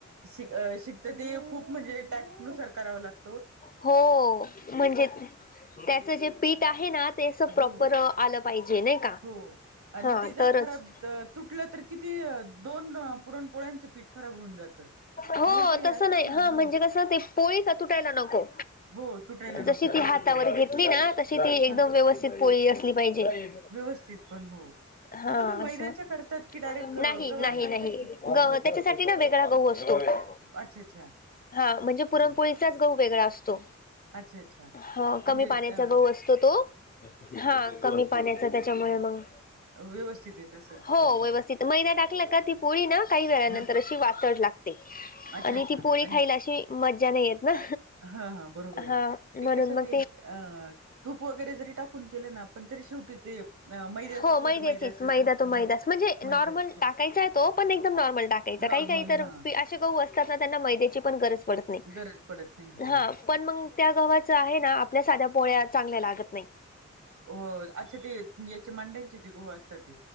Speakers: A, on the right; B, on the left.
A: शिक शिकत ते खूप म्हणजे टॅक्नुसार करावं लागतं.
B: हो म्हणजे त्याच जे पीठ आहे ना ते अस प्रॉपर
A: हो हो
B: आलं पाहिजे नाही. का
A: हो आणि
B: हा
A: ते जर
B: तरच
A: खराब तुटलं तर किती दोन पुरणपोळ्यांचं पीठ खराब होऊन जातं.
B: हो
A: मोठं हे
B: तस
A: असतं
B: नाही
A: ना
B: हा
A: हो
B: म्हणजे कस ते पोळी का तुटायला नको.
A: हो तुटायला नको
B: जशी
A: फक्त
B: ती हातावर
A: तेवढी
B: घेतली ना तशी ती एकदम
A: हा
B: व्यवस्थित व्यवस्थित पोळी असली पाहिजे.
A: व्यवस्थित पण हो
B: हा
A: मग तुम्ही मैद्याच्या
B: असं
A: करतात की डायरेक्ट अ,
B: नाही
A: गव्हाच्या
B: नाही नाही
A: पिठाचे
B: त्याच्यासाठी
A: मग
B: ना वेगळा गहू असतो. <unintelligible>
A: अच्छा अच्छा
B: हा म्हणजे
A: ओके
B: पुरणपोळीचा गहू वेगळा असतो.
A: अच्छा अच्छा
B: हा
A: म्हणजे
B: कमी पाण्याचा
A: अ
B: गहू असतो तो हा कमी. पाण्याचा त्याच्यामुळे मग
A: व्यवस्थित येत असेल ते
B: हो
A: बरोबर
B: व्यवस्थित मैदा टाकला का ती पोळी ना काही वेळानंतर
A: ह
B: अशी वाटत लागते
A: अच्छा
B: आणि
A: अच्छा
B: ती पोळी
A: आणि
B: खायला अशी मज्जा नाही येत ना.
A: हा हा बरोबर
B: हा
A: आहे ते
B: म्हणून
A: कसं
B: मग
A: ते अ तूप वगैरे जरी टाकून केलं ना पण तरी शेवटी ते. अ, मैद्याचं
B: हो
A: शेवटी
B: मैद्याचीच
A: मैद्याचच
B: मैदा
A: असतं
B: तो मैदास
A: हो
B: म्हणजे नॉर्मल
A: मैदाच हो
B: टाकायचा आहे तो. पण एकदम नॉर्मल टाकायचं
A: नॉर्मल
B: काही काही तर
A: हा
B: असे गहू असतात ना त्यांना मैद्याची गरज पडत नाही
A: गरज पडत नाही हो
B: हा.
A: हो
B: पण मग त्या गव्हाच आहे ना आपल्या साध्या पोळ्या चांगल्या लागत नाही.
A: हो अच्छा ते याचे मांड्यांचे जे गहू असतात ते